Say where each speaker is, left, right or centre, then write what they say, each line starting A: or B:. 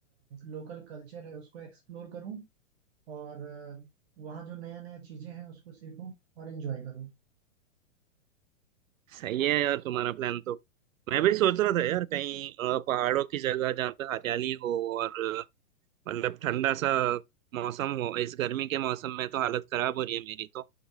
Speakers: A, on the right; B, on the right.
A: लोकल कल्चर है उसको एक्सप्लोर करूँ और अ, वहाँ जो नया नया चीज़ें हैं उसको सीखूँ और एंजॉय करूँ
B: सही है यार तुम्हारा प्लान तो मैं भी सोच रहा था यार कहीं अ, पहाड़ों की जगह जहाँ पे हरियाली हो और अ, मतलब ठंडा सा मौसम हो इस गर्मी के मौसम में तो हालत खराब हो रही है मेरी तो